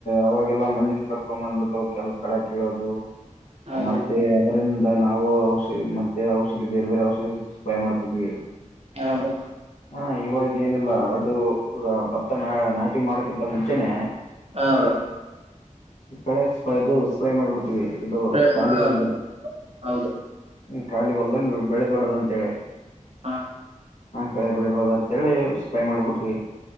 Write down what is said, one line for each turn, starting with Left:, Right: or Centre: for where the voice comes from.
Left: ಅವಾಗೆಲ್ಲಾ ಮಂದಿನ್ ಕರ್ಕೊಂಡ್ ಬಂದ್ಬಿಟ್ಟು ಕೆಲ ಕಳೇ ಕಿಳೋದು
Right: ಹಾ
Left: ಮತ್ತೆ
Right: ಬ್ರೋ
Left: ಅದರಿಂದ ನಾವು ಔಷಧಿ ಮ ಔಷಧಿ ಬೇರೆ ಬೇರೆ ಔಷಧಿ ಸ್ಪೇ ಮಾಡ್ತಿದ್ವಿ.
Right: ಹೌದು
Left: ಹಾ ಇವಾಗೇ ಏನಿಲ್ಲಾ ಅದು ಭತ್ತ ನಾ ನಾಟಿ ಮಾಡಕಿಂತ ಮುಂಚೆನೆ
Right: ಹಾ ಬ್ರೋ
Left: ಕಳೆ ಸ್ಪೈಇದು ಸ್ಪ್ರೇ ಮಾಡ್ ಬಿಡ್ತೀವಿ ಇದು
Right: ಪ್ರೇಮ
Left: ಖಾಲಿ
Right: ಹಾ
Left: ಹೊಲ ದಲ್ಲಿ
Right: ಹೌದು
Left: ಖಾಲಿ ಹೊಲ್ದಲ್ಲಿ ಬೆಳಿಬಾರಡ್ದ ಅಂತ ಹೇಳಿ
Right: ಹಾ
Left: ಕಳೆ ಬೆಳೆ ಬಾರದ ಅಂತೇಳಿ ಸ್ಪ್ರೈ ಮಾಡ್ ಬಿಡ್ತೀವಿ ಈಗ